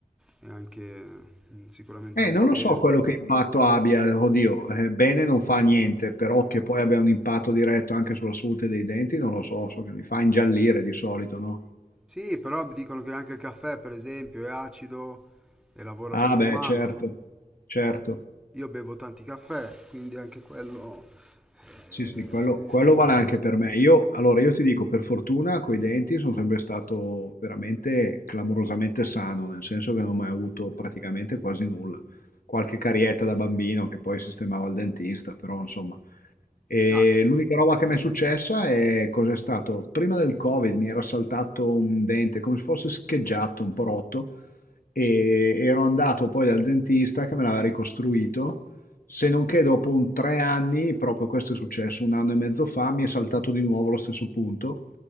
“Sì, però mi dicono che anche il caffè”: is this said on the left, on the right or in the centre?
Centre